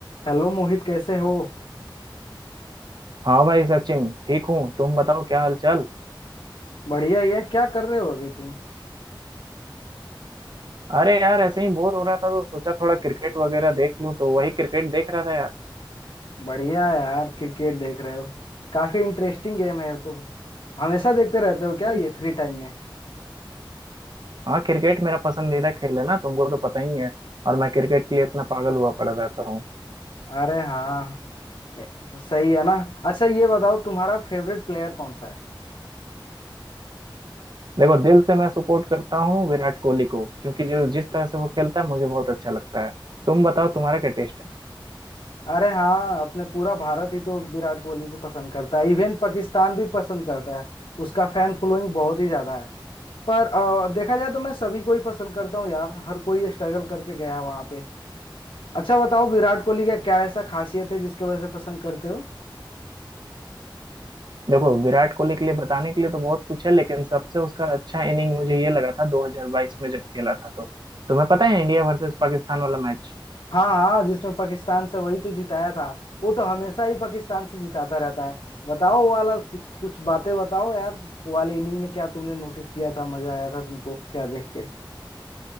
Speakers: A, on the left; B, on the right.
A: हेलो मोहित कैसे हो
B: हाँ भाई सचिन ठीक हूँ तुम बताओ क्या हाल चाल
A: बढ़िया ही है क्या कर रहे हो अभी तुम
B: अरे यार ऐसे ही बोर हो रहा था तो सोचा थोड़ा क्रिकेट वगैरह देख लूँ तो वही क्रिकेट देख रहा था यार
A: बढ़िया यार क्रिकेट देख रहे हो काफी इंटरेस्टिंग गेम है तो हमेशा देखते रहते हो क्या
B: नहीं
A: ये फ्री टाइम में
B: हाँ क्रिकेट मेरा पसंदीदा खेल है ना तुमको तो पता ही है और मैं क्रिकेट के लिए इतना पागल हुआ पड़ा रहता हूँ
A: अरे हाँ ए- सही है ना अच्छा ये बताओ तुम्हारा फेवरेट प्लेयर कौन सा है
B: देखो दिल से मैं सपोर्ट करता हूँ विराट कोहली को क्योंकि जो जिस तरह से वो खेलता है मुझे बहुत अच्छा लगता है तुम बताओ तुम्हारा क्या टेस्ट है
A: अरे हाँ अपने पूरा भारत ही तो विराट कोहली को पसंद करता है इवन पाकिस्तान भी पसंद करता है उसका फैन फॉलोइंग बहुत ही ज्यादा है पर अ, देखा जाए तो मैं सभी को ही पसंद करता हूँ यार हर कोई स्ट्रगल करके गया वहां पे अच्छा बताओ विराट कोहली का क्या ऐसा खासियत है जिसके वजह से पसंद करते हो
B: देखो विराट कोहली के लिए बताने के लिए तो बहुत कुछ है लेकिन सबसे उसका अच्छा इनिंग मुझे ये लगा था 2022 में जब खेला था तो तुम्हें पता है इंडिया वर्सेस पाकिस्तान वाला मैच
A: हाँ हाँ जिसमें पाकिस्तान से वही तो जिताया था वो तो हमेशा ही पाकिस्तान से जिताता रहता है बताओ वो वाला कुछ, कुछ बातें बताओ यार वो वाले इनिंग में क्या तुमने नोटिस किया था मजा आया था तुमको क्या देख के